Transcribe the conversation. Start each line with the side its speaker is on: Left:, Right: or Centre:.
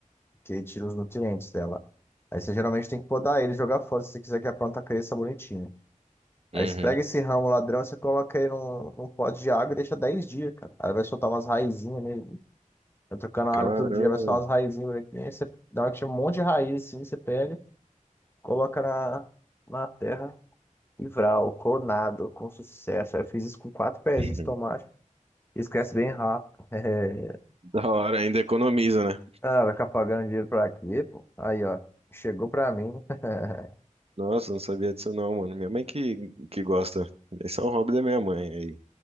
Left: que ele tira os nutrientes dela. Aí você geralmente tem que podar ele e jogar fora se você quiser que a planta cresça bonitinha Aí
Right: Uhum.
Left: você pega esse ramo ladrão, você coloca ele num, num pote de água e deixa 10 dias, cara. Aí vai soltar umas raizinhas nele. Vai trocando a
Right: Caramba,
Left: água todo dia, vai soltar umas raizinhas bonitinhas. Aí você dá uma, que chama um monte de raiz assim, você pega, coloca na, na terra e vral, coronado, com sucesso. Aí eu fiz isso com quatro pezinhos
Right: <laughs>
Left: de tomate. Esquece bem rápido. <laughs>
Right: da hora, ainda economiza, né?
Left: Ah, vai ficar pagando dinheiro pra quê, pô? Aí, ó. Chegou pra mim. <laughs>
Right: Nossa, não sabia disso não, mano. Minha mãe que, que gosta. Esse é o hobby da minha mãe aí.